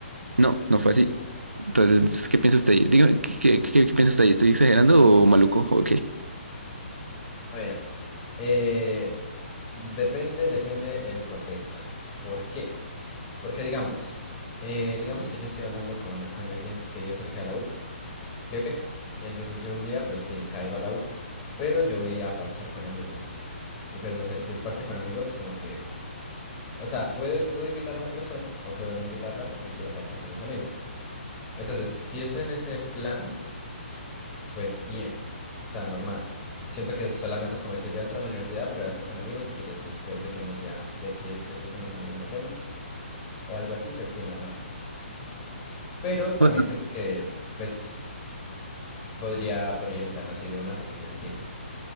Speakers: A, on the right; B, on the left.
A: No, no fue así. Entonces, ¿qué piensa usted ahí? Dígame, ¿qué, qué, qué, qué piensa usted ahí? ¿Estoy exagerando o maluco? ¿O qué?
B: A ver, eh, depende, depende el contexto. ¿Por qué? Porque digamos, eh, digamos que yo estoy hablando con, con alguien que vive cerca de la U, ¿sí o qué? Y entonces yo un día, pues, tin, caigo a la U, pero yo voy a parchar con amigos. Y pues, no sé, si es parche con amigos, como que, o sea, puede, puedo invitar a la persona o puedo no invitarla porque quiero parchar con mis amigos. Entonces, si es en ese plan, pues bien, o sea, normal. Siento que solamente es como decir, voy a estar en la universidad, pero voy a estar con amigos si quieres después de que nos vea, de que yo esté con mis amigos, nos vemos, o algo así, pues, tin, normal. Pero también
A: Bueno,
B: siento que, pues, podría, podría invitarla así de una porque, pues, tiene.